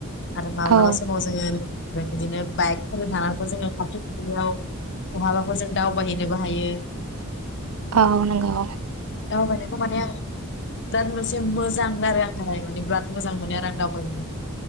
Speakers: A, on the left; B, on the right.
A: माब्लाबा
B: औ
A: समाव जोङो बिदिनो बाइक फोर थांना जोङो <unintelligible> बहाबाफोर जों दावबायहैनोबो हायो
B: औ नंगौ
A: दावबायनायखौ माने आं बिराद मोजा मोजां आरो आंनि थाखाय माने बिराद मोजां मोनो आरो आं दावबायनो